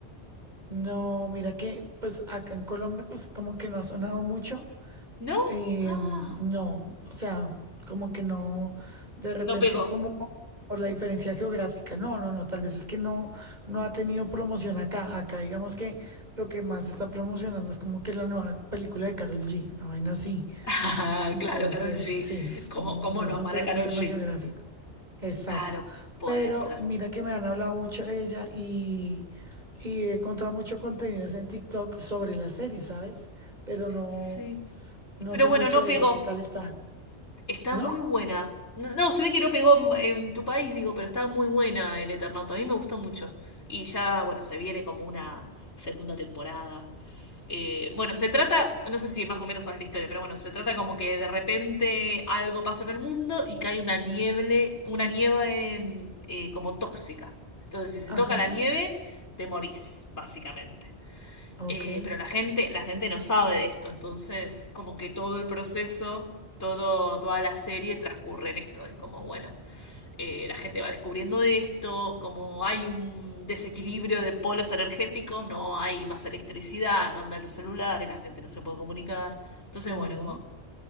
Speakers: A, on the right; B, on the left.
A: No, mira que pues acá en Colombia pues como que no ha sonado mucho.
B: ¿No?
A: eh,
B: Ah,
A: no, o sea, como que no, de repente
B: no pegó.
A: es como po- por, la diferencia geográfica. No, no, no, tal vez es que no, no ha tenido promoción acá. Acá digamos que lo que más se está promocionando es como que la nueva película de Karol G, una vaina así.
B: <laughs> Ah,
A: Entonces,
B: Claro, Karol G.
A: sí, es
B: ¿Cómo,
A: como
B: cómo
A: yo
B: no
A: eso
B: amar
A: creo
B: a Karol
A: que un tema
B: G?
A: geográfico. Exacto.
B: Claro, puede
A: Pero
B: ser.
A: mira que me han hablado mucho de ella y, y he encontrado mucho contenidos en TikTok sobre la serie, ¿sabes? Pero no,
B: Sí.
A: no
B: Pero
A: sé
B: bueno,
A: mucho
B: no
A: de
B: pegó.
A: ella. ¿Qué tal está?
B: Está
A: ¿No?
B: muy buena. No, no, se ve que no pegó en, en tu país, digo, pero está muy buena el Eternauta. A mí me gustó mucho. Y ya, bueno, se viene como una segunda temporada. Eh, bueno, se trata, no sé si más o menos sabes la historia, pero bueno, se trata como que de repente algo pasa en el mundo y cae una nieble una nieve eh, como tóxica. Entonces, si se toca
A: Ajá.
B: la nieve, te morís, básicamente.
A: Ok.
B: Eh, pero la gente, la gente no sabe de esto, entonces como que todo el proceso, todo, toda la serie transcurre en esto, en como, bueno, eh, la gente va descubriendo de esto, como hay un desequilibrio de polos energéticos, no hay más electricidad, no andan los celulares, la gente no se puede comunicar. Entonces,
A: Sí.
B: bueno, como